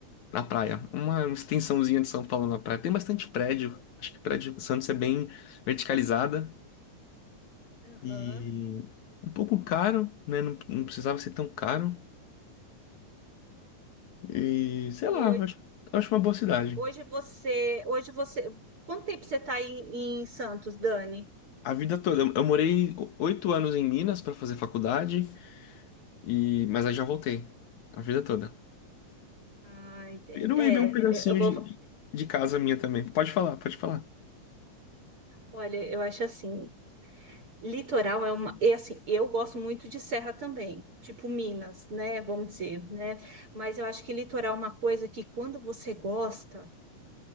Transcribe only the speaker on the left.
na praia. Uma extensãozinha de São Paulo na praia. Tem bastante prédio. Acho que prédio Santos é bem verticalizada
e um pouco caro, né? Não, não precisava ser tão caro. E sei
lá,
acho, acho uma boa cidade.
A vida toda. Eu eu morei o- oito anos em Minas para fazer faculdade, e mas aí já voltei. A vida toda.
Peruíbe
é um pedacinho
de, de casa minha também. Pode falar, pode falar.